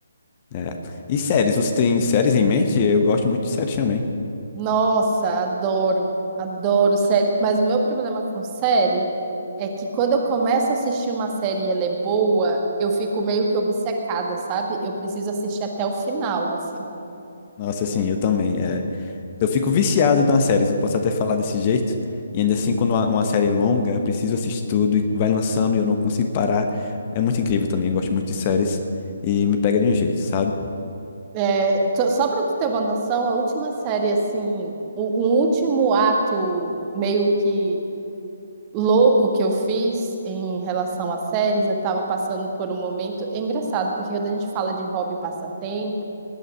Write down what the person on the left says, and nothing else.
é. E séries, você tem séries em mente? Eu gosto muito de séries também.
Nossa, assim, eu também. é. eu fico viciado nas séries, eu posso até falar desse jeito. E ainda assim, quando uma, uma série é longa, eu preciso assistir tudo e vai lançando e eu não consigo parar. É muito incrível também, eu gosto muito de séries e me pega de um jeito, sabe?